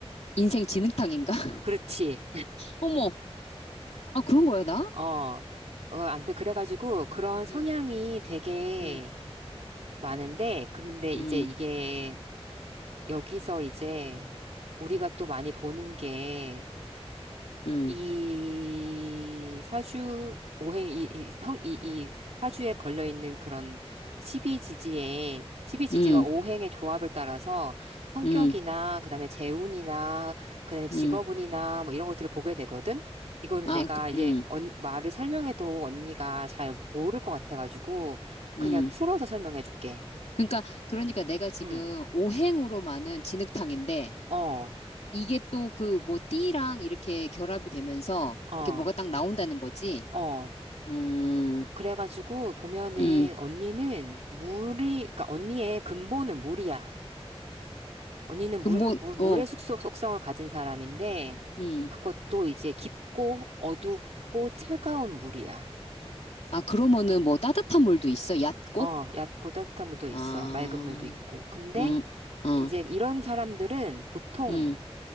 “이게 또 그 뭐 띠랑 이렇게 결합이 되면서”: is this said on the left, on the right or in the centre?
Left